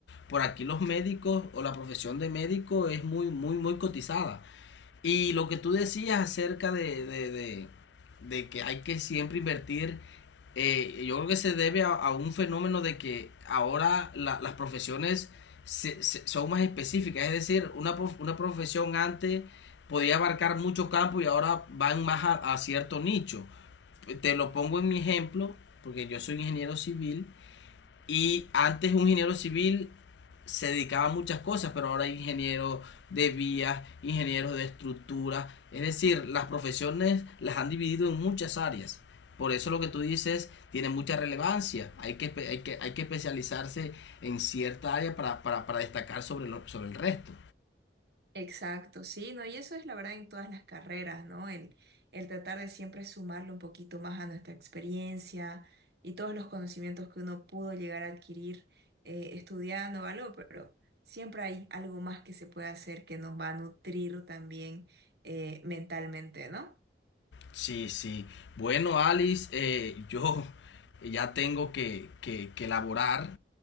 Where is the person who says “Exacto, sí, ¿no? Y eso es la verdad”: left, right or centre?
Right